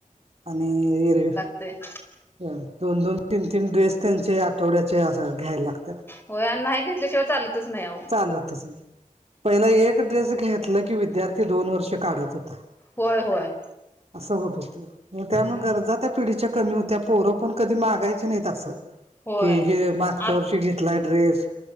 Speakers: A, on the right; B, on the left.
A: आणि एरव्ही
B: ते
A: होय दोन दोन तीन तीन ड्रेस त्यांचे आठवड्याचे अस घ्यायला लागत्यात.
B: हो आणि न्हाय घेतल्याशिवाय चालतच नाय आहो.
A: चालतच नाय. पहिला एक ड्रेस घेतला की विद्यार्थी दोन वर्ष काढत होता.
B: होय होय.
A: असं होत होतं, म
B: हम्म
A: त्यामुळ गरजा त्या पिढीच्या कमी होत्या पोर आपण कधी मागायची नाहीत असं
B: होय
A: की हे मागच्या
B: आत
A: वर्षी घे फाटलाय ड्रेस